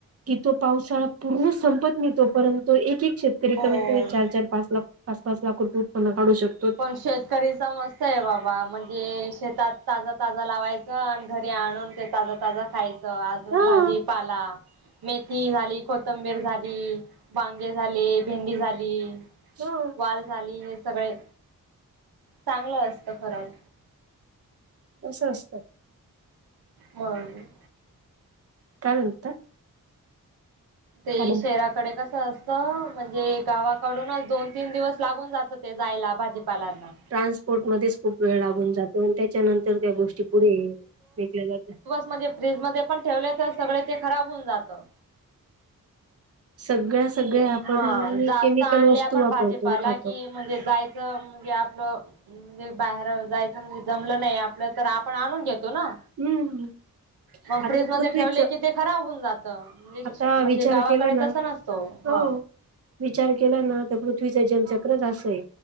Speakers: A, on the right (about 40°); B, on the right (about 90°).
A: की तो पावसाळा पूर्ण संपत मिळतो परंतू एक एक कषेत्र तरी
B: हो
A: कमीतकमी चार पाच लाख पाच पाच लाख रुपय उत्पन्न काढू शक-'
B: पण शेतकरीच समजत आहे बाबा म्हणजे शेतात ताज ताज लावायचं आणि घरी आणून ते ताज ताजं खायचं. अजून
A: हा
B: भाजी पाला मेथी -. मेथी झाली कोथंबीर झाली, वांगे झाले, भेंडी झाली.
A: ह.
B: वाल झाली हे सगळे. चांगलं असतं खरंच.
A: तसं असतं.
B: मग.
A: काय म्हणता?
B: ते
A: हॅलो
B: शहराकडे कस-. कसं असत म्हणजे गावाकडूनच दोन तीन दिवस लागून जातं ते जायला भाजीपाल्यांना.
A: ट्रान्सपोर्ट मध्येच खूप वेळ लागून जातो आणि त्याच्यानंतर त्या गोष्टी पुढे विकल्या जातात.
B: मध्ये, फ्रीज मध्ये पण ठेवले तर सगळे ते खराब होऊन जातं.
A: सगळ्या-. सगळ्या
B: जे
A: आपण
B: हा जास्त
A: केमिकल
B: आणल्या
A: वस्तू
B: आपण
A: वापरतो
B: भाजीपाला
A: आणि खातो.
B: कि-. म्हणजे जायचं म्हणजे आपलं-. म्हणजे बाहेर जायचं म्हणजे जमलं नाही आपलं तर आपण आणून घेतो ना.
A: हम्म.
B: मग
A: आता
B: फ्रीज मध्ये
A: पृथ्वीच
B: ठेवले की ते खराब होऊन जात. म्हणजे-
A: आता
B: मिरच्या. म्हणजे
A: विचार
B: गावाकडे
A: केला ना
B: तस नसतो. हा.
A: हो विचार केला ना तर पृथ्वीच जलचक्रच अस हे.